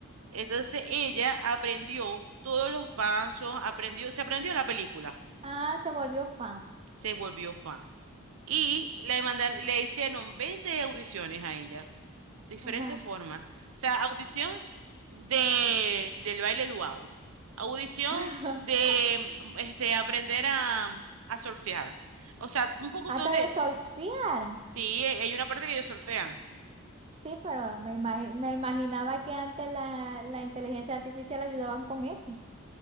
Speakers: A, on the right; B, on the right.
A: Entonces, ella aprendió todos los pasos, aprendió, se aprendió la película,
B: ah, se volvió fan.
A: se volvió fan. Y le mandan, le hicieron 20 audiciones a ella. diferentes
B: Ajá.
A: formas. O sea, audición de, del baile luau, audición
B: <laughs>
A: de mm, este, aprender a, a surfear. O sea, un poco
B: Hasta
A: donde,
B: de surfear.
A: sí, eh, hay una parte que ellos surfean,
B: Sí, pero me imagi- me imaginaba que antes la, la inteligencia artificial ayudaban con eso.